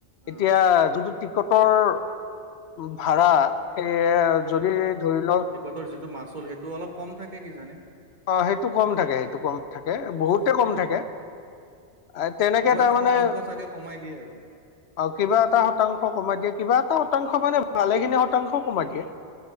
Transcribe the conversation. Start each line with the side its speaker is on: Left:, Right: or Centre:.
Right: অ
Left: এতিয়া যোনটো টিকটৰ ভাড়া সেয়ে যদি ধৰি লও
Right: তহঁতৰ যিটো মাচুল সেইটো অলপ কম থাকে কি জানে?
Left: অ সেইটো কম থাকে সেইটো কম থাকে বহুতে
Right: উম
Left: কম
Right: উম
Left: থাকে। আ তেনেকে
Right: কিবা
Left: তাৰমানে
Right: এটা শতাংশ চাগে কমাই দিয়ে আৰু
Left: আৰু কিবা এটা শতাংশ কমাই দিয়ে, কিবা এটা শতাংশ মানে ভালেখিনি শতাংশ কমাই দিয়ে।